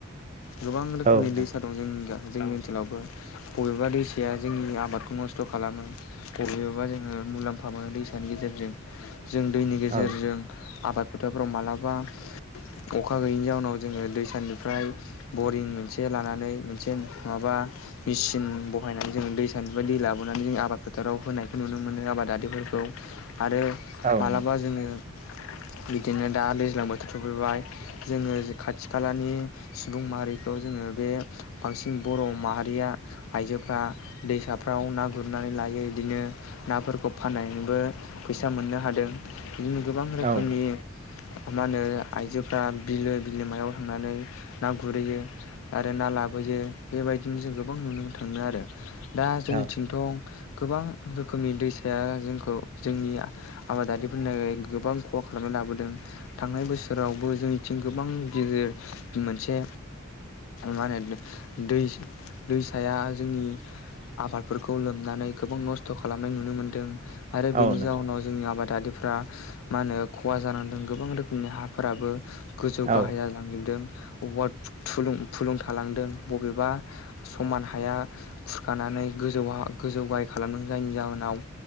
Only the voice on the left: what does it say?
गोबां रोखोमनि
दैसा दं जोंनिगा जोंनि लावबो बबेबा दै साया जोंनि आबादखौ नस्थ खालामो बबेयालबा जोङो मुलाम्फा मोनो दैसानि गेजेरजों। जों दैनि गेजेरजों
आबाद फोथारफ्राव मालाबा अखा गैयिनि जाउनाव जोङो दै सानिफ्राय बरिं मोनसे लानानै मोनसे माबा मिचिन बहायनानै जोङो दैसानिफ्राय दै लाबोनानै जों आबाद फोथाराव होनायखौ नुनो मोनो आबादारिफोरखौ आरो
मालाबा
जोङो बिदिनो दा दैज्लां बोथोर सफैबाय जोङो खाथि खालानि सुबुं माहारिखौ जोङो बे बांसिन बर' माहारिया आइजो फ्रा दैसाफ्राव ना गुरनानै लायो बिदिनो नाफोरखौ फाननानैबो फैसा मोननो हादों बिदिनो गोबां रोखोमनि
मा होनो आइजोफ्रा बिलो बिलोमायाव थांनानै ना गुरहैयो आरो ना लाबोयो बेबायदिनो जों गोबां नुनो मोनो मोनो आरो। दा जोंनिथिंथ
गोबां। रोखोमनि दैसाया जोंखौ जोंनि आबादारिफोरनि थाखाय गोबां खहा खालामनानै लाबोदों थांनाय बोसोरावबो जोंनिथिं गोबां गिदिर मोनसे मा होनो दै दैसा या जोंनि आबादफोरखौ लोमनानै गोबां नस्थ खालामनाय नुनो मोनदों आरो बेनि
जाउनाव जोंनि आबादारि फ्रा मा होनो खहा जाना नैदों गोबां रोखोमनि हाफोराबो गोजौ
गाहाय जालांजोबदों अबावबा थुलुं फुलुं थालांदों बबेबा स समान हाया खुरखानानै गोजौ हा गोजौ गाहाय खालामदों जायनि जाहोनाव